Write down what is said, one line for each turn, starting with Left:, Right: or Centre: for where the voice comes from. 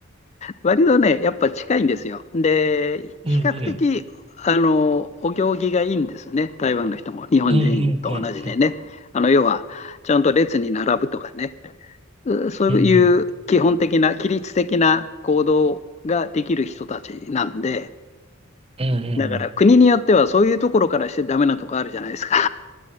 Left: 割とね、やっぱ近いんですよ。で、
Right: うんうん。
Left: 比較的、あの、お行儀がいいんですね。台湾の人も、日本人と同じでね。
Right: うんうんうん。
Left: あの、要は、ちゃんと列に並ぶとかね。うそういう基本的な、
Right: うんうん。
Left: 規律的な行動ができる人たちなんで、
Right: うんうんうん。
Left: だから国によってはそういうところからしてダメなとこあるじゃないですか。